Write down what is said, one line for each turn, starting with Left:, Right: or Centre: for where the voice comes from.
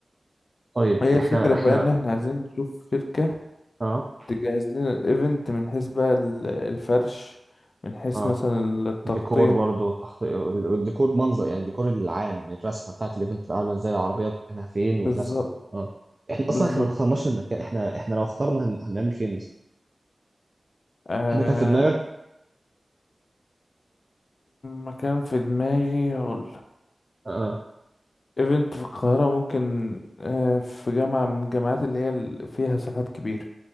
Right: طيب
Left: هي
Right: احنا
Left: الفكرة
Right: احنا
Left: بقى ان احنا عايزين نشوف شركة
Right: اه
Left: تجهز لنا الايفنت من حيث بقى ال- الفرش من حيث
Right: اه
Left: مثلا التغطية
Right: الديكور برضه التخطيط والديكور منظر يعني الديكور العام الرسمه بتاعت الايفنت تبقى عامله ازاي العربيات مكانها فين
Left: بالظبط
Right: والرسمه دي اه احنا
Left: بالظبط
Right: اصلا احنا ما اخترناش المكان احنا احنا لو اخترنا هن... هنعمل فين مثلا
Left: آه
Right: في مكان في دماغك
Left: مكان في دماغي هقول
Right: اه
Left: ايفنت في القاهرة ممكن آه، في جامعة من الجامعات اللي هي ال- فيها ساحات كبيرة